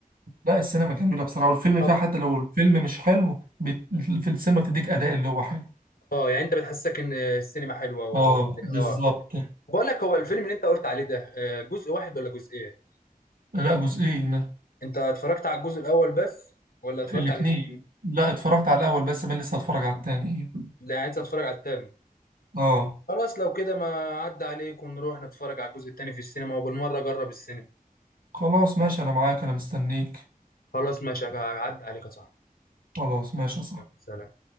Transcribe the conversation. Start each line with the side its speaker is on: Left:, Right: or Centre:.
Right: لا السينما جميله بصراحه والفيلم
Left: طب
Right: فيها حتى لو الفيلم مش حلو بت... في السينما بتديك اداء اللي هو حلو
Left: اه يعني انت بتحسسك ان السينما حلوة و
Right: اه بالظبط
Left: اه بقول لك هو الفيلم اللي انت قلت عليه ده آه، جزء واحد ولا جزئين
Right: لا جزئين
Left: انت اتفرجت على الجزء الاول بس ولا اتفرجت
Right: الاتنين
Left: على الاثنين
Right: لا اتفرجت على الاول بس بل لسه هتفرج على التاني
Left: لا يعني عايز اتفرج على الثاني
Right: اه
Left: خلاص لو كده ما عدى عليك ونروح نتفرج على الجزء الثاني في السينما وبالمرة جرب السينما
Right: خلاص ماشي أنا معاك أنا مستنيك
Left: خلاص ماشي عدى عليك يا صاحبي
Right: خلاص ماشي صح
Left: يلا، سلام